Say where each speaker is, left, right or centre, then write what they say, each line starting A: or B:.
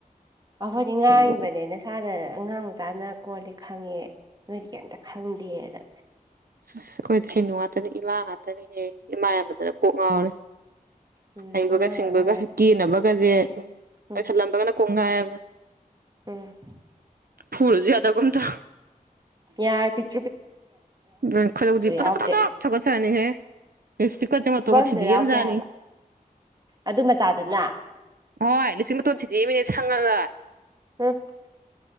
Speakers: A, on the right; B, on the right.
A: ꯑꯈꯣꯢꯗꯤ
B: ꯃꯣꯏꯗꯤ
A: ꯉꯥꯡꯢꯕꯅꯦ
B: ꯍꯩꯅꯨ
A: ꯁꯨꯝ ꯏꯁꯥꯅ ꯑꯉꯥꯡ ꯃꯆꯥꯅ ꯀꯣꯟꯂꯤꯛ ꯈꯪꯉꯦ ꯅꯣꯏꯗꯤ ꯀꯩꯝꯇ ꯈꯪꯗꯦꯅ
B: ꯑꯩꯈꯣꯏꯗꯤ ꯍꯩꯅꯨ ꯉꯥꯛꯇꯅꯦ ꯏꯃꯥ ꯉꯥꯛꯇꯅꯍꯦ ꯏꯃꯥ ꯌꯥꯝꯃꯥꯟꯗꯅ ꯀꫭꯛ ꯉꯥꯎꯔꯦ
A: ꯎꯝ
B: ꯍꯩꯕꯒ
A: ꯏꯃꯥ
B: ꯁꯤꯡꯕꯒ
A: ꯉꯥꯛ ꯉꯥꯏꯔꯦ
B: ꯀꯦꯅꯕꯒꯁꯦ ꯎꯝ
A: ꯎꯝ
B: ꯀꯣꯏꯁꯜꯂꯝꯕꯒꯅ ꯀꯣꯡ ꯉꯥꯏ ꯑꯃ
A: ꯎꯝ
B: ꯐꯨꯔꯨꯁꯨ ꯌꯥꯗꯒꯨꯝ ꯇꯧ
A: ꯌꯥ ꯄꯤ <inaudible>
B: ꯗꯨꯅ ꯈꫭꯏꯗꯧꯁꯦ ꯄꯗꫭꯛ
A: ꯌꯥꯎꯗꯦ
B: ꯄꯗꫭꯛ ꯁꯥꯎꯒꯠꯄ ꯖꯠꯅꯤꯍ‌ꯦ ꯏꯞꯁꯤ <inaudible> ꯀꯆꯦ ꯃꯠꯇꯣ
A: ꯐꯨꯐꯝꯁꯨ
B: ꯊꯨꯗ‌ꯦꯛꯑꯝ
A: ꯌꯥꯎꯗꯦ
B: ꯖꯟꯅꯤ
A: ꯍꯥꯏꯕ ꯑꯗꯨ ꯃꯆꯥꯗꯨꯅ
B: ꯍꯣꯏ ꯂꯤꯞꯇꯤꯛ ꯃꯇꯣꯟ ꯊꯨꯗꯤꯛ ꯑꯝꯃꯤꯅꯦ ꯁꯪꯉꯒ
A: ꯎꯡ <inaudible>